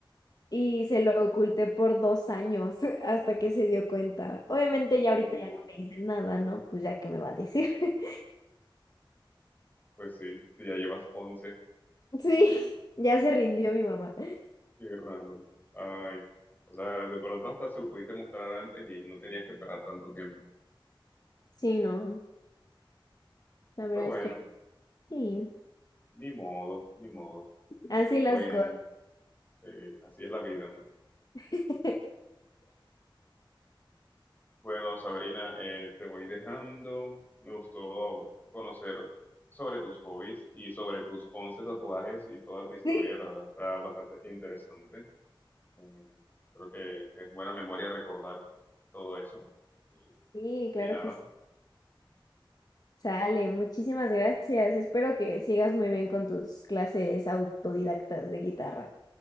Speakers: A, on the left; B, on the left.
A: y se lo oculté por dos años <laughs> hasta que se dio cuenta. Obviamente
B: uh,
A: ya ahorita ya no me dice nada, ¿no? Pues ya que me va a decir. <laughs>
B: pues sí, si ya llevas 11,
A: Sí, ya se rindió mi mamá.
B: qué random. Ay, o sea, de pronto hasta se lo pudiste mostrar antes y no tenías que esperar tanto tiempo.
A: Sí, no, la verdad
B: Pero bueno,
A: es que sí,
B: ni modo, ni modo.
A: así las
B: Bueno,
A: cosas.
B: sí, así es la vida, ¿no?
A: <laughs>
B: Bueno, Sabrina, eh, te voy dejando. Me gustó conocer sobre tus hobbies y sobre tus 11 tatuajes y toda tu historia.
A: Sí,
B: La verdad está bastante interesante. Eh, creo que es buena memoria recordar todo eso. Y,
A: sí, claro
B: y nada,
A: que sí. Sale, muchísimas gracias. Espero que sigas muy bien con tus clases autodidactas de guitarra.